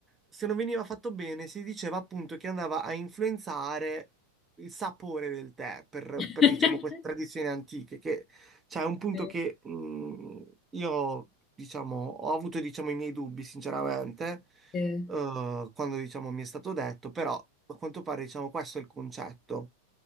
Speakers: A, on the right; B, on the left.
A: Se non veniva fatto bene, si diceva appunto che andava a influenzare il sapore del tè per,
B: <laughs>
A: per, diciamo, queste tradizioni antiche, che cioè, è un punto
B: Sì.
A: che mh, io, diciamo, ho avuto, diciamo, i miei dubbi, sinceramente,
B: Sì.
A: eh, quando, diciamo, mi è stato detto, però a quanto pare, diciamo, questo è il concetto.